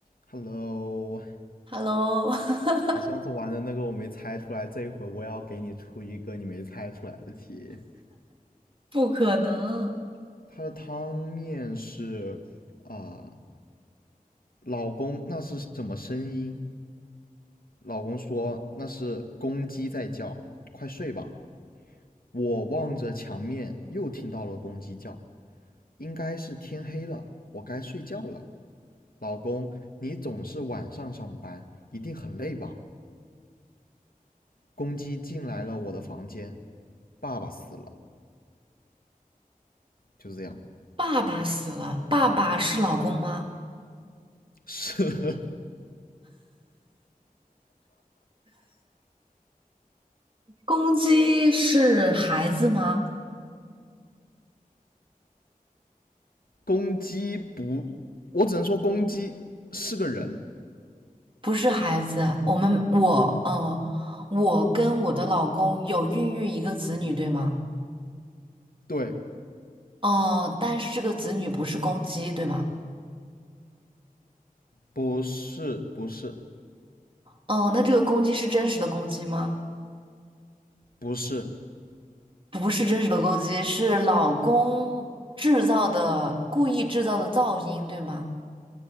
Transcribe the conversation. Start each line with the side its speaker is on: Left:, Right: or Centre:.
Left: Hello，
Right: Hello，<laughs>
Left: 你上次玩的那个我没猜出来，这一回我也要给你出一个你没猜出来的题。
Right: 不可能，
Left: 它的汤面是啊、呃老公那是什么声音？老公说那是公鸡在叫，快睡吧。我望着墙面，又听到了公鸡叫，应该是天黑了，我该睡觉了。老公，你总是晚上上班，一定很累吧？公鸡进来了我的房间，爸爸死了，就是这样。
Right: 爸爸死了，爸爸是老公吗？
Left: 是 <laughs>
Right: 公鸡是孩子吗？
Left: 公鸡不，我只能说公鸡是个人，
Right: 不是孩子，我们我嗯，呃我跟我的老公有孕育一个子女，对吗？
Left: 对，
Right: 哦、但是这个子女不是公鸡，对吗？
Left: 不是，不是，
Right: 哦、那这个公鸡是真实的公鸡吗？
Left: 不是，
Right: 不是真实的公鸡，是老公制造的，故意制造的噪音，对吗？